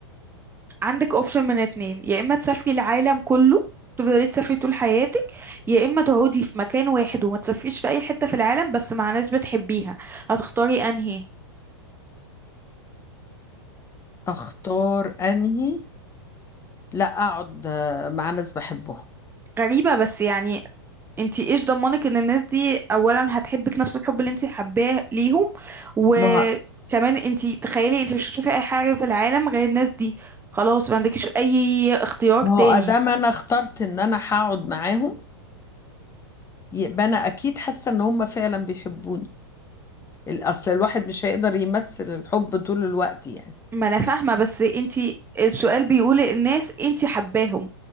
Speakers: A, on the right; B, on the left.
A: عندك اوبشن من اتنين يا اما تسافري العالم كله تفضلي تسافري طول حياتك يا اما تقعدي في مكان واحد وما تسافريش في اي حتة في العالم بس مع ناس بتحبيها هتختاري انهي
B: أختار أنهي لا أقعد آه، مع ناس بحبهم
A: غريبة بس يعني انتي ايش ضمنك ان الناس دي اولا هتحبك نفس الحب اللي انتي حباه ليهم وكمان
B: ما هو
A: انتي تخيلي انتي مش هتشوفي اي حاجة في العالم غير الناس دي خلاص ما عندكيش اي اختيار
B: ما
A: تاني
B: هو أدام أنا اخترت إن أنا هقعد معاهم يبقى أنا أكيد حاسة إن هم فعلا بيحبوني الأصل الواحد مش هيقدر يمثل الحب طول الوقت يعني
A: ما انا فاهمة بس انتي السؤال بيقول الناس انتي حباهم